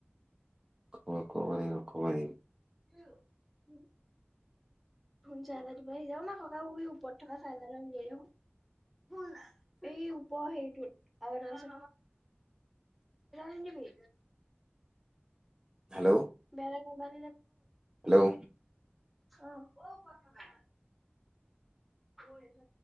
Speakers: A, on the right; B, in the centre.
A: <unintelligible>
B: <inaudible> ধোন চাহজাৰ দিবলৈ সিজা না ককা উ ওপৰত থকা চাহজাৰটা মিলিয়াই দেখোন। এই উপ সেইটো আৰু এটা আছে। <unintelligible> নিবি
A: হেল্ল'
B: বেলেগ বান
A: হেল্ল'
B: অ ক কথা ব জন